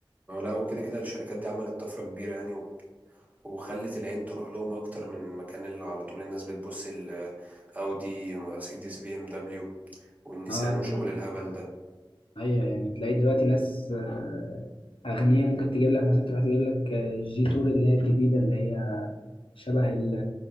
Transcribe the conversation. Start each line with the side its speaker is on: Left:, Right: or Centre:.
Right: هو لا وكده كده الشركات دي عملت طفرة كبيرة يعني و... وخلت العين تروح لهم اكتر من مكان اللي على طول الناس بتبص الاودي مرسيدس بي ام دبليو والنيسان
Left: اه
Right: وشغل
Left: لا لا
Right: الهبل ده
Left: ايوه يعني تلاقي دلوقتي ناس آه، أغنية ممكن تجيب لك مثلا تروح تجيب لك آه، جي تور اللي هي الجديدة اللي هي شبه ال-